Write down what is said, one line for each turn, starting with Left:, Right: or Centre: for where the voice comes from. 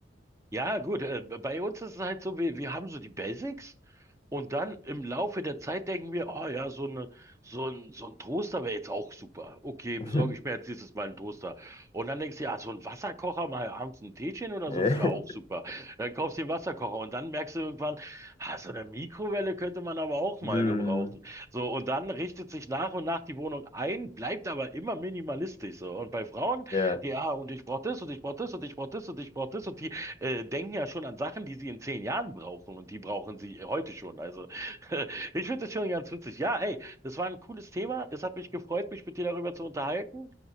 Right: Ja, gut, äh, bei uns ist es halt so, wir, wir haben so die Basics und dann im Laufe der Zeit denken wir, oh ja, so eine, so ein, so ein Toaster wäre jetzt auch super. Okay, besorge
Left: <laughs>
Right: ich mir jetzt nächstes Mal einen Toaster. Und dann denkst du, ja, so ein Wasserkocher, mal abends ein Teechen oder
Left: Äh,
Right: so, das wäre auch super. Dann kaufst du den Wasserkocher und dann merkst du irgendwann, ah, so eine Mikrowelle könnte man aber auch mal
Left: Hm,
Right: gebrauchen. So, und dann richtet sich nach und nach die Wohnung ein, bleibt aber immer minimalistisch so. Und bei Frauen,
Left: ja.
Right: ja, und ich brauche das und ich brauche das und ich brauche das und ich brauche das und die äh, denken ja schon an Sachen, die sie in zehn Jahren brauchen und die brauchen sie heute schon. Also <laughs> ich finde das schon ganz witzig. Ja, hey, das war ein cooles Thema. Es hat mich gefreut, mich mit dir darüber zu unterhalten.